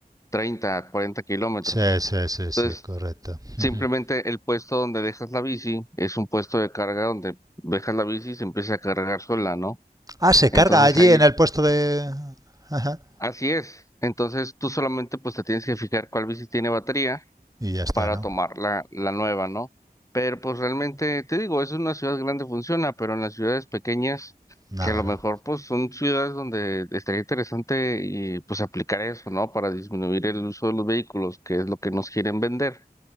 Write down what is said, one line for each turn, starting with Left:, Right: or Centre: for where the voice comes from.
Left: 30, 40 kilómetros.
Right: Sí, sí, sí, sí,
Left: Entonces,
Right: correcto. <laughs>
Left: simplemente
Right: Ujú.
Left: el puesto donde dejas la bici es un puesto de carga donde dejas la bici y se empieza a cargar sola, ¿no?
Right: Ah, se
Left: Entonces
Right: carga allí
Left: ahí,
Right: en el puesto de... <laughs> Ajá.
Left: así es. Entonces tú solamente pues te tienes que fijar cuál bici tiene batería
Right: Y ya está,
Left: para
Right: ¿no?
Left: tomar la, la nueva, ¿no? Pero pues realmente, te digo, es una ciudad grande funciona, pero en las ciudades pequeñas,
Right: Nada,
Left: que a lo
Right: ¿no?
Left: mejor pues son ciudades donde estaría interesante y pues aplicar eso, ¿no? Para disminuir el uso de los vehículos, que es lo que nos quieren vender.